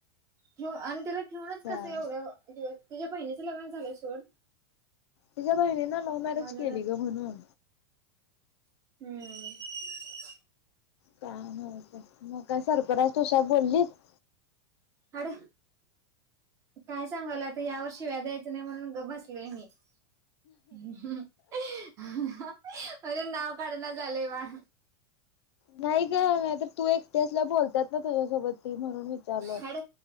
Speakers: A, on the right; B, on the left.
A: त अ तेला ठिवनच कसं
B: हा
A: एवढं दिवस तुझ्या बहिणीचं लग्न झालंय सोड.
B: तिच्या्या बहिणी ना लव्ह मॅरेज
A: म्हणूनच
B: केली ग म्हणून.
A: हम्म.
B: काय नत मग काय सर्पराज तुषा बोललीत?
A: हाड काय सांगालोय आता या वर शिव्या द्यायच नाही म्हणून गप्प बसलोय मी. अं अंहं अरे नाव काढणं झालंय वाळ.
B: नाही ग नाही तर तू एकटे असल्या बोलतात ना तुझ्यासोबत. म्हणून विचारल
A: हाड